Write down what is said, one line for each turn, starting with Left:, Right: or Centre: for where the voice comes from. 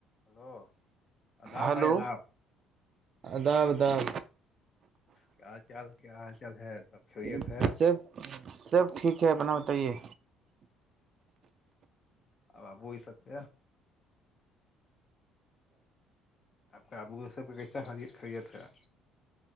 Left: Hello اللہاب
Right: hello
Left: بھائی اللہاب
Right: اداب اداب
Left: کیا چال کیا ح چل ہے خیریت
Right: سب
Left: ہے
Right: سب سب ٹھیک ہے اپنا بتائیے
Left: ا ابو یہ سب سے آپ کا ابو سب کا کیسا خرید تھا